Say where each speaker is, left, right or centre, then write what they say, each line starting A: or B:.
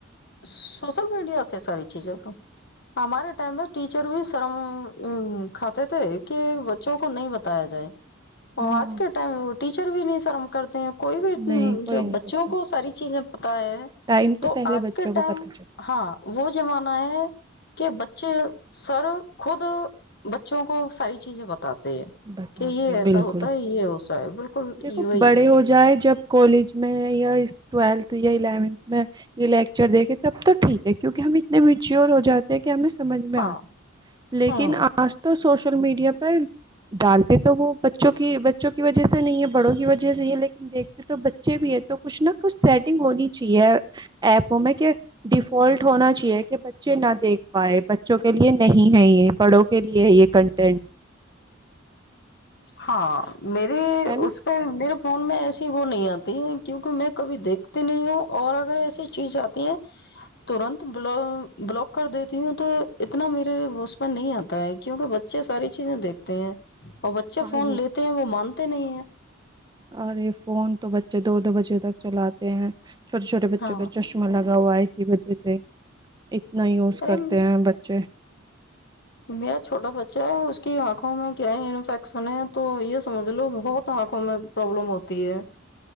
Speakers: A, on the left; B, on the right.
A: social media سے ساری چیزیں کو ہمارے ٹائم میں ٹیچر بھی شرم کھاتے تھے کہ بچوں کو نہیں بتایا جائے ا
B: ہاں
A: آس کے ٹائم ٹیچر بھی نہیں شرم کرتے کوئی بھی
B: نہیں کوئی
A: جو
B: نہیں
A: بچوں
B: پتا
A: کو ساری چیزیں ہے
B: ٹائم سے
A: تو
B: پہلے
A: آج
B: بچوں
A: ک
B: کو
A: ٹائم
B: پتا چل
A: ہاں وہ زمانہ ہے کہ بچے سر خود بچوں کو ساری چیزیں بتاتا
B: بتاتے
A: کہ یہ
B: ہیں.
A: ایسا
B: بالکل
A: ہوتا ہے یہ ہو سا ہے بالکل
B: دیکھو
A: یہی
B: بڑے
A: ہے
B: ہو جائے جب کالج میں یا ٹویلتھ یا الیونتھ میں یہ لیکچر دیکھے تب تو ٹھیک ہے کیونکہ ہم اتنے میچیور ہو جاتے ہیں کہ ہمیں سمجھ میں
A: ہاں
B: آتا ہے لیکن
A: ہوں
B: آج تو سوش سوشل میڈیا پرہ ڈالتے تو وہ بچوں کی بچوں کی وجہ سے نہیں ہے بڑوں کی وجہ سے ہی لیکن دیکھتے تو بچے بھی ہے تو کچھ نہ کچھ سیٹنگ ہونی چاہیے ایپوں میں کہ ڈیفالٹ ہونا چاہیے کہ بچے نہ دیکھ پائے بچوں کے لیے نہیں ہے یہ پڑوں کے لیے ہے یہ کنٹینٹ
A: ہاں میرے
B: ہے نا
A: اس پہ میرے فون میں ایسی وہ نہیں آتی ہے کیوںکہ میں کبھی دیکھتی نہیں ہوں اور اگر ایسی چیز آتی ہے ترت ب بلاک کر دیتی ہوں تو اتنا میرے میں نہیں آتا ہے کیوںکہ بچے ساری چیزیں دیکھتے ہیں اچھا
B: ہاں
A: فون لیتے ہیں وہ مانتے نہیں ہیں
B: ارے فون تو بچے دو دو بجے تک چلاتے ہیں چھو چو بچوں
A: ہاں
B: کو چشما لا لگا ہوا اسی وجہ سے اتنا یوز
A: ارے
B: کرتے ہیں بچے
A: میرا چھوٹا بچہ ہے اس کی آنکھ کیا ہے انفیکشن ہے تو یہ سمجھ لو بہت آنکھوں میں پرابلم ہوتی ہے